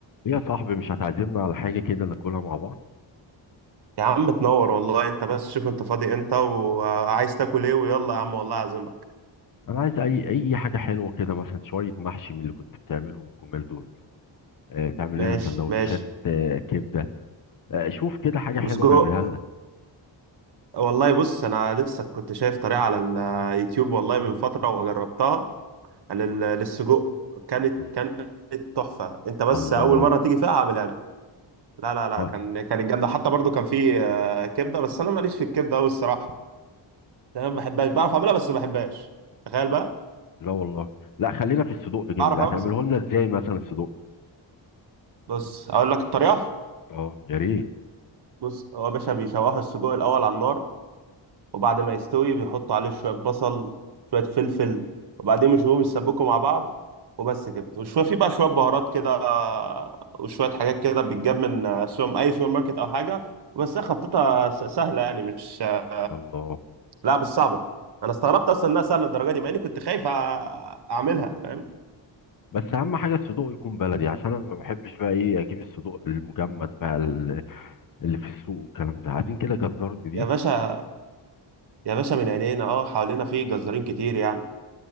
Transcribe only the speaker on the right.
يا عم تنور والله انت بس شوف انت فاضي امتى وعايز تاكل ايه ويلا يا عم والله اعزمك
ماشي
ماشي
وسجق
والله بص انا لسه كنت شايف طريقة على اليوتيوب والله من فترة وجربتها على ال- للسجق كانت
كانت تحفة انت بس
اول مرة تيجي فيها هعملها لك لا لا لا
كان كانت جامدة حتى برضو كان في آه، كبدة بس انا ماليش في الكبدة قوي الصراحة انا ما بحبهاش بعرف اعملها بس ما بحبهاش تخيل بقى
بعرف
اعملها بس ما بحبهاش.
بص اقول لك الطريقة
بص هو يا باشا بيشوحوا السجق الاول على النار وبعد ما يستوي بيحطوا عليه شوية بصل شوية فلفل وبعدين يشوفوهم يسبكوا مع بعض وبس كده وشوية في بقى شوية بهارات كده آه، وشوية حاجات كده بتجاب من آه، سوبر أي سوبر ماركت أو حاجة بس هي خطتها س- سهلة يعني مش آه،
لا مش صعبة أنا استغربت أصلا إنها سهلة للدرجة دي مع إني كنت خايف آه، أعملها فاهم
يا باشا يا باشا من عينينا أه حوالينا في جزارين كتير يعني